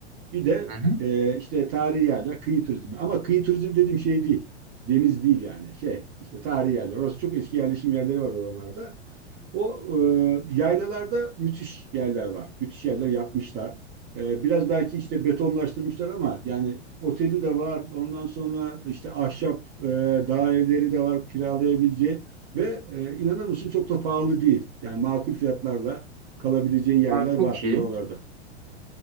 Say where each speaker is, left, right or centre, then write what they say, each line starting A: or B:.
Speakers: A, on the right (about 30°); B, on the right (about 50°).
A: bir de
B: Hı hı.
A: e, işte tarihi yerler, kıyı turizmi. Ama kıyı turizmi dediğim şey değil. Deniz değil yani. Şey işte tarihi yerler. Orası çok eski yerleşim yerleri var oralarda. O e, yaylalarda müthiş yerler var. Müthiş yerler yapmışlar. E, biraz belki işte betonlaştırmışlar ama yani oteli de var. Ondan sonra işte ahşap e, dağ evleri de var kiralayabileceğin. Ve e, inanır mısın çok da pahalı değil. Yani makul fiyatlarla kalabileceğin yerler
B: Ha, çok
A: var
B: iyi.
A: oralarda.